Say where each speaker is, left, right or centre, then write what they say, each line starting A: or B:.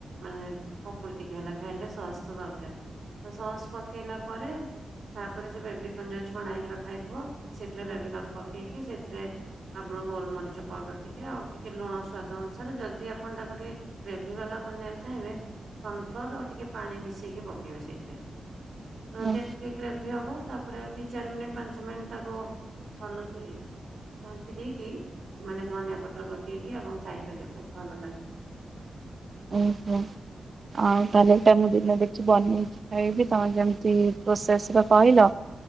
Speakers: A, on the right; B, on the right.
A: ମାନେ ପକୁଡ଼ି ଟିକେ ହେଲା ଖାଇଲେ ସସ୍ ତ ଦରକାର୍। ତ ସସ୍ ପକେଇଲା ପରେ ତାପରେ ସେ ବେବିକର୍ନ ଯୋଉ ଛଣା ହେଇକି ରଖାହେଇଥିବ ସେଥିରେ ବେବିକର୍ନ ପକେଇକି ସେଥିରେ ଆପଣ ଗୋଲମରିଚ ପାଉଡର ଟିକେ ଆଉ ଟିକ୍ କେ ଲୁଣ ସ୍ଵାଦ ଅନୁସାରେ ଯଦି ଆପଣ ତାକୁ ଟିକେ ଗ୍ରେଭି ବାଲା ବନେଇଆକୁ ଚାହିଁବେ କନଫ୍ଲୋର ଆଉ ଟିକେ ପାଣି ମିଶେଇକି ପକେଇବେ ସେଇଥିରେ। ନଚେତ୍
B: ହଁ
A: ଟିକେ ଗ୍ରେଭି ହବ ତାପରେ ଆଉ ଦି ଚାରି ମିନିଟ୍ ପାଞ୍ଚ ମିନିଟ୍ ତାକୁ ଭଲକି ଘାଣ୍ଟି ଦେଇକି ମାନେ ଧନିଆ ପତ୍ର ପକେଇକି ଆପଣ ଖାଇପାରିବେ ବହୁତ୍ ଭଲ ଲାଗେ।
B: ଉୁଁ ହୁଁ। ଆଉ ତାହେଲେ ଏଟା ମୁଁ ଦିନେ ଦେଖି ବନେଇକି ଖାଇବି ତମେ ଯେମିତି ପ୍ରୋସେସ ର କହିଲ।